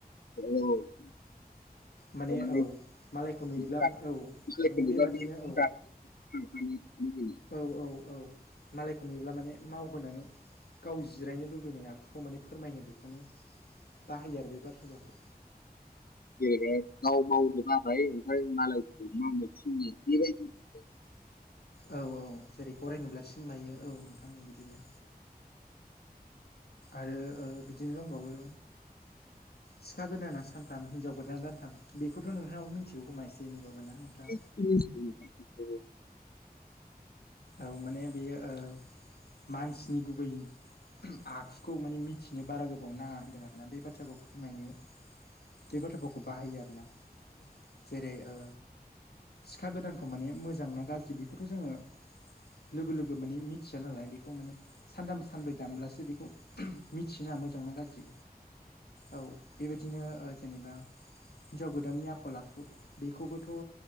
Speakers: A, on the left; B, on the left.
A: औ। <inaudible>
B: माने औ मालायखौ नुयोब्ला औ माने बेबादिनो औ
A: <unintelligible>
B: औ -औ- औ मालायखौ नुयोब्ला माने मावहोनानै गाव जिरायनो लुबैनाय आ दुखुखौ माने फोरमायनो बेखौनो बाहायो आरो बे बाथ्रा गावखौ
A: जेरै गाव मावजोबाबाय ओमफ्राय मालायखौ मा मोनफिननाय बेबायदि <unintelligible>
B: औ -औ जेरै गराय नुब्ला सिमायो औ नोंथां बिदिनो आरो ओ बिदिनो दंबाबो सिखा गोदाना सानथाम हिनजाव गोदाना दानथाम बेखौथ' नोंथाङाबो मिथिगौ खोमा एसे एनैबाबो ना। नोंथां
A: <unintelligible>
B: औ माने बेयो ओ मानसिनि गुबै आखुखौ माने मिथिनो बारा गोबाव नाङा होनदों आरोना बे बाथ्राखौ फोरमायनो बे बाथ्राफोरखौ बाहायो आरोना। जेरै ओ सिखा गोदानखौ माने मोजां ना गाज्रि बेखौथ' जोङो लोगो लोगो माने मिथिया नालाय बेखौ माने सानथाम सानब्रै दानब्लासो बेखौ मिथिना मोजांना गाज्रि औ बेबायदिनो ओ जेनेबा हिनजाव गोदाननि आखल आखु बेखौबोथ'